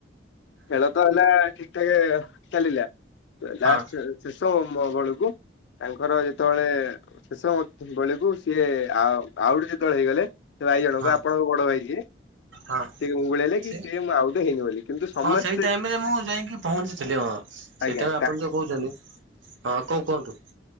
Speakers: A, on the left; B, on the right.
A: ଖେଳ ତ ହେଲା ଠିକ ଠାକେ ଚାଲିଲା ଲାଷ୍ଟ
B: ହଁ
A: ଶିଷୋମ ବେଳକୁ ତାଙ୍କର ଯେତେବେଳେ ଶେଷ ବେଳକୁ ସିଏ ଆ ଆଉଟ ଯେତେବେଳେ ହେଇଗଲେ ସେ ଭାଇ ଜଣକ
B: ହଁ
A: ଆପଣଙ୍କ ବଡ ଭାଇ ଯିଏ
B: ହଁ
A: ସେ ଗୁଳେଇଲେ କି
B: ସେ
A: ସିଏ ମୁଁ ଆଉଟ ହେଇନି ବୋଲି କିନ୍ତୁ ସମସ୍ତେ
B: ହଁ ସେଇ ଟାଇମରେ ମୁଁ ଯାଇକି ପହଞ୍ଚିଥିଲି ହଁ। ସେଇଥିପାଇଁ
A: ଆଜ୍ଞା
B: ଆପଣ ଯୋଉ କହୁଛନ୍ତି ହଁ କଣ କୁହନ୍ତୁ?